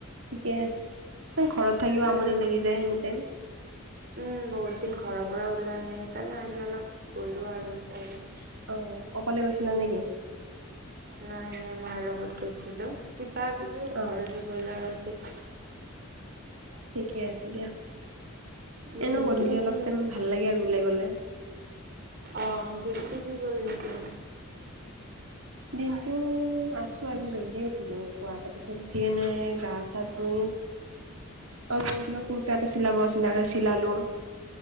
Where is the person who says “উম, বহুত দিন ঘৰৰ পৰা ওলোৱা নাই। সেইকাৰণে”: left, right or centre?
Right